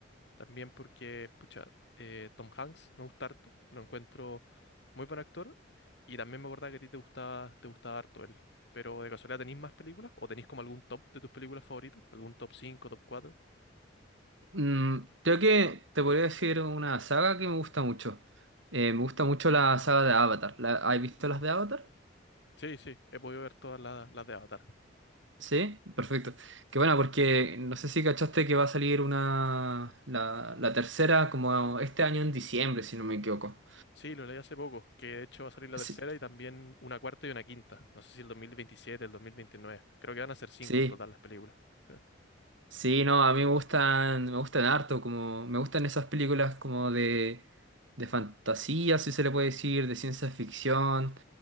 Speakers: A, on the left; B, on the right.
A: También porque, pucha, eh, Tom Hanks me gusta harto, lo encuentro muy buen actor y también me acordaba que a ti te gustaba, te gustaba harto él. Pero de casualidad, ¿tenéis más películas? ¿O tenéis como algún top de tus películas favoritas? ¿Algún top cinco top cuatro
B: Mm, creo que te podría decir una saga que me gusta mucho. Eh, me gusta mucho la saga de Avatar. ¿La, ¿has visto las de Avatar?
A: Sí, sí, he podido ver todas las, las de Avatar.
B: Sí, perfecto. Qué bueno, porque no sé si cachaste que va a salir una, la, la tercera como este año en diciembre, si no me equivoco.
A: Sí, lo leí hace poco, que de hecho va a salir la
B: Sí,
A: tercera y también una cuarta y una quinta. No sé si el dos mil veintisiete el dos mil veintinueve Creo que van a ser cinco
B: sí,
A: en total las películas. Sí.
B: sí, no, a mí me gustan, me gustan harto, como me gustan esas películas como de, de fantasía, si se le puede decir, de ciencia ficción.